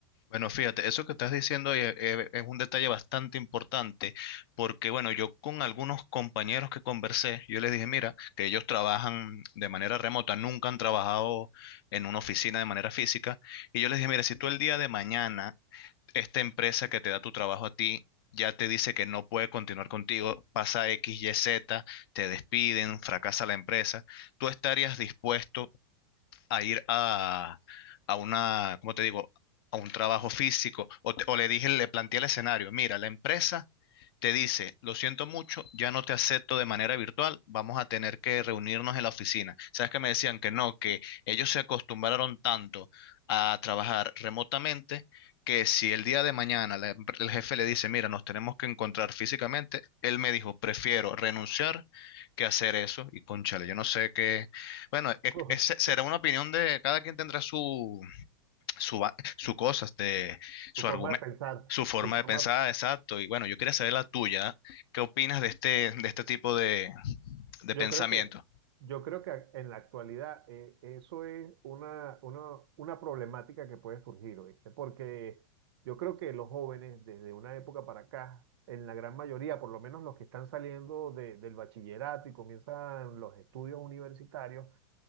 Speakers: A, on the left; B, on the right.
A: Bueno, fíjate, eso que estás diciendo ahí, eh, eh, es, un detalle bastante importante, porque bueno, yo con algunos compañeros que conversé, yo les dije, mira, que ellos trabajan de manera remota, nunca han trabajado en una oficina de manera física, y yo les dije, mira, si tú el día de mañana, esta empresa que te da tu trabajo a ti, ya te dice que no puede continuar contigo, pasa X, Y, Z, te despiden, fracasa la empresa, ¿tú estarías dispuesto? a ir a, a una, ¿cómo te digo? A un trabajo físico. O, te- o le dije, le planteé el escenario, mira, la empresa te dice, lo siento mucho, ya no te acepto de manera virtual, vamos a tener que reunirnos en la oficina. ¿Sabes que me decían que no, que ellos se acostumbraron tanto a trabajar remotamente que si el día de mañana la empre- el jefe le dice, mira, nos tenemos que encontrar físicamente, él me dijo, prefiero renunciar que hacer eso. Y cónchale, yo no sé qué, bueno, es-
B: <laughs>
A: es- será una opinión de cada quien tendrá su, su, va- su cosa, este, su
B: Su forma
A: argumento,
B: de pensar,
A: su forma
B: su forma
A: de pensar, exacto. Y bueno, yo quería saber la tuya. ¿Qué opinas de este, de este tipo de, de
B: Yo
A: pensamiento?
B: creo que, yo creo que en la actualidad eh, eso es una, una, una problemática que puede surgir, ¿oíste? Porque yo creo que los jóvenes desde una época para acá, en la gran mayoría, por lo menos los que están saliendo de- del bachillerato y comienzan los estudios universitarios,